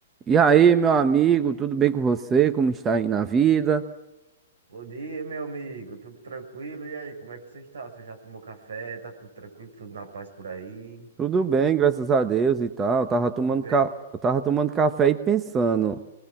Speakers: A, on the right; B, on the right.
A: E aí, meu amigo, tudo bem com você? Como está aí na vida?
B: Bom dia, meu amigo. Tudo tranquilo? E aí, como é que você está? Você já tomou café? Tá tudo tranquilo? Tudo na paz por aí?
A: Tudo bem, graças a Deus e tal. Eu tava
B: Tudo
A: tomando,
B: bem?
A: ca... eu tava tomando café e pensando.